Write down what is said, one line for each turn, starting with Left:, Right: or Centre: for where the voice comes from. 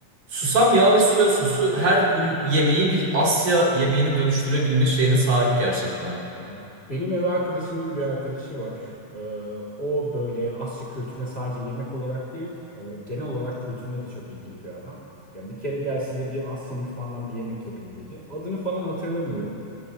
Right: Susam yağı ve soya sosu her ül- yemeği bir Asya yemeğini dönüştürebilme şeyine sahip gerçekten.
Left: Ya benim ev arkadaşımın bir arkadaşı var. Ee, o böyle Asya kültürüne sadece yemek olarak değil, e, genel olarak kültürüne de çok ilgili bir adam. Ya bir kere gel size bir Asya mutfağından bir yemek yapayım dedi. Adını falan hatırlamıyorum.